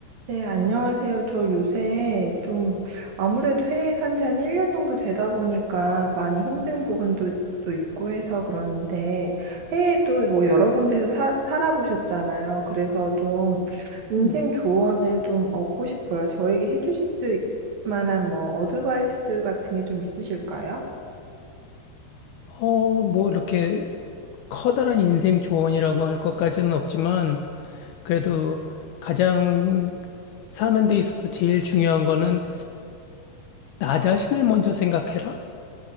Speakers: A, on the right (about 55°); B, on the left (about 70°).
A: 네, 안녕하세요. 저 요새 좀 아무래도 해외에 산지 한 1년 정도 되다 보니까 많이 힘든 부분도 또 있고 해서 그러는데 해외도 뭐 여러 군데서 사, 살아보셨잖아요. 그래서 좀 인생
B: 음,
A: 조언을 좀 얻고 싶어요. 저에게 해주실 수 만한 뭐 어드바이스 같은 게 좀 있으실까요?
B: 어, 뭐 이렇게 커다란 인생 조언이라고 할 것까지는 없지만 그래도 가장 사는 데 있어서 제일 중요한 거는 나 자신을 먼저 생각해라.